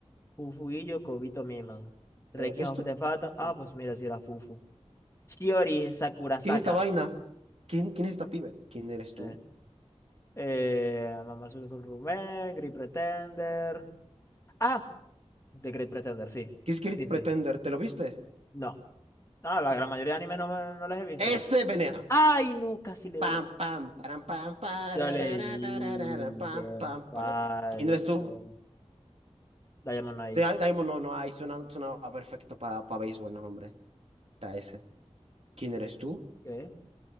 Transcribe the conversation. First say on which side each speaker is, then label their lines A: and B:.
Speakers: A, on the left; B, on the right.
A: Fufuyu Kobito Miman. Requiem
B: Eh, ¿esto?
A: of the Phantom. Ah,
B: Sí.
A: pues mira, si era Fufu. Shiori Sakurasaka.
B: ¿Qué es esta vaina? ¿Quién, quién es esta pibe? ¿Quién
A: No
B: eres
A: sé.
B: tú?
A: Eh, Mamazuke con Rumen, Great Pretender. Ah, The Great Pretender, sí.
B: ¿Qué es Kirk
A: Sí,
B: Pretender?
A: sí.
B: ¿Te lo viste?
A: No. Ah, la gran mayoría de animes no, me- no los he visto.
B: ¡Este venea!
A: ¡Ay, no! Casi le
B: Pam,
A: doy.
B: pam, param, pam, parararararara,
A: Yo le dije
B: pam, pam,
A: falso.
B: param. ¿Quién eres tú?
A: Diamond Eyes.
B: Di- Daimon no, no, ahí suena, sonaba perfecto para, para béisbol, no, hombre. Era ese. ¿Quién eres tú?
A: ¿Qué?